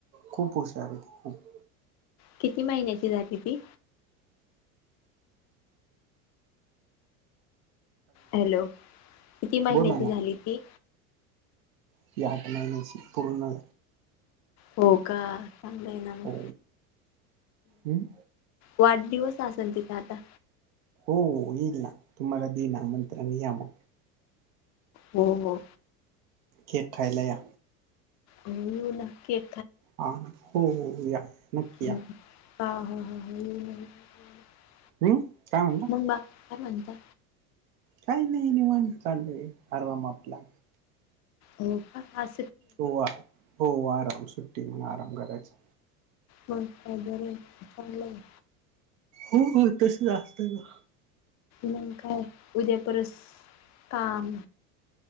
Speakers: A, on the right; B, on the left.
A: खूप हूशारआहे ती खूप.
B: किती महिन्याची झाली ती? हॅलो. किती महिन्याची
A: बोला ना
B: झाली ती?
A: ती आठ महिन्याची पूर्ण.
B: हो का. चांगलं आहे ना मग.
A: हो. हम्म.
B: वाढदिवस असलं आता तिचा?
A: हो येईल ना. तुम्हाला देणार आमंत्रण या मग.
B: हो हो.
A: केक खायला या.
B: हो नक्की.
A: हा हो हो या नक्की
B: हम्म.
A: या.
B: हा हा हा हा. <unintelligible>
A: हम्म. काय म्हणला
B: मग बाकी काय म्हणता?
A: काही नाही निवांत चालय आराम आपला.
B: हो का अस.
A: हो हो आराम सुट्टी मग आराम करायची.
B: मग काय बर ये, चांगलं ये.
A: हो तस जास्त का?
B: म काय उद्या परस काम.